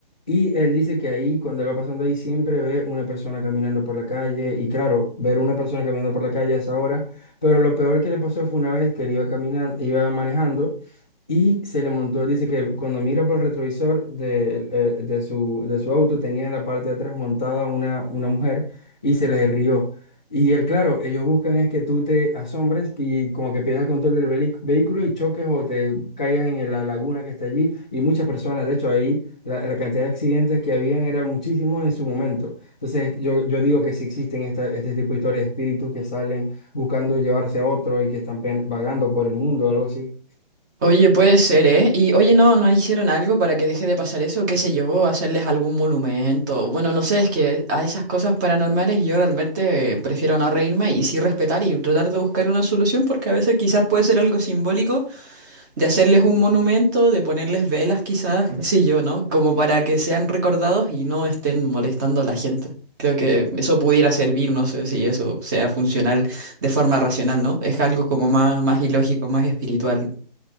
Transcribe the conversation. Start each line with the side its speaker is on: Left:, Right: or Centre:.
Centre: Y él dice que ahí, cuando él va pasando ahí, siempre ve una persona caminando por la calle. Y claro, ver una persona caminando por la calle a esa hora. Pero lo peor que le pasó fue una vez que él iba caminando, iba manejando y se le montó. Dice que cuando mira por el retrovisor de, eh, de su, de su auto, tenía en la parte de atrás montada una, una mujer y se le rió. Y él, claro, ellos buscan es que tú te asombres y como que pierdas el control del veli- vehículo y choques o te caigas en la laguna que está allí. Y muchas personas, de hecho, ahí la, la cantidad de accidentes que habían era muchísimo en su momento. Entonces, yo, yo digo que si existen esta, este tipo de historias de espíritus que salen buscando llevarse a otro y que están pen- vagando por el mundo o algo así.
Right: Oye, puede ser, ¿eh? Y oye, ¿no, no hicieron algo para que deje de pasar eso? ¿Qué sé yo? ¿Hacerles algún monumento? Bueno, no sé, es que a esas cosas paranormales yo realmente eh, prefiero no reírme y sí respetar y tratar de buscar una solución porque a veces quizás puede ser algo simbólico de hacerles un monumento, de ponerles velas quizás, qué sé yo, ¿no? Como para que sean recordados y no estén molestando a la gente. Creo que eso pudiera servir, no sé si eso sea funcional de forma racional, ¿no? Es algo como más, más ilógico, más espiritual.